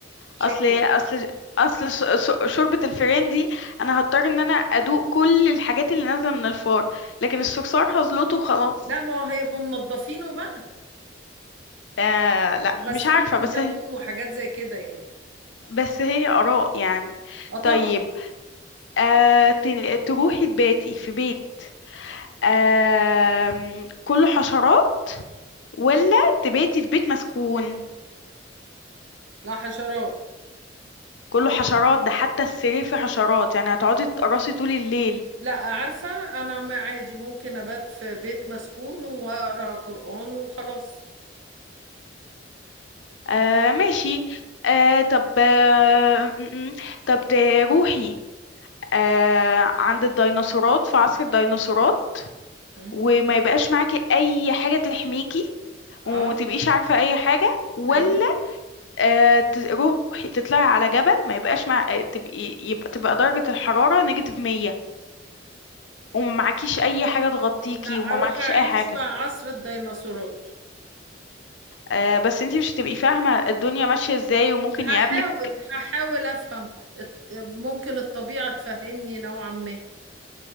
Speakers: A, on the right; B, on the left.
A: شكرا
B: اصل اصل اصل ش- ش- شوربة الفئران دي انا هضطر ان انا ادوق كل الحاجات اللي نازلة من الفار لكن الصرصار هزلته وخلاص
A: لا ما هو هيبقوا منضفينه بقى
B: آه لا
A: وغاسلينه
B: مش عارفة بس
A: بليمون
B: هي
A: وحاجات زي كده يعني
B: بس هي آراء يعني
A: اه طبعا
B: طيب آه ت- تروحي تباتي في بيت آه كله حشرات ولا تباتي في بيت مسكون
A: لا حشرات
B: كله حشرات ده حتى السرير فيه حشرات يعني هتقعدي تقرصي طول الليل
A: لا عارفة انا ما عادي ممكن ابات في بيت مسكون واقرا قرآن وخلاص
B: آه ماشي آه طب آه م- م. طب تروحي آه عند الديناصورات في عصر الديناصورات
A: مم.
B: وما يبقاش معاكي أي حاجة تحميكي
A: اه
B: ومتبقيش عارفة أي حاجة ولا
A: ايوه
B: آه تروحي تطلعي على جبل ما يبقاش مع آه، تبقي يبقى تبقى درجة الحرارة نيجاتيف 100 وما معكيش أي حاجة تغطيكي
A: لا
B: وما
A: اروح
B: معكيش
A: اعيش
B: أي حاجة
A: في عصر الديناصورات
B: آه بس انتي مش هتبقي فاهمة الدنيا ماشية ازاي وممكن
A: هحاول
B: يقابلك
A: هحاول افهم الت- ممكن الطبيعة تفهمني نوعا ما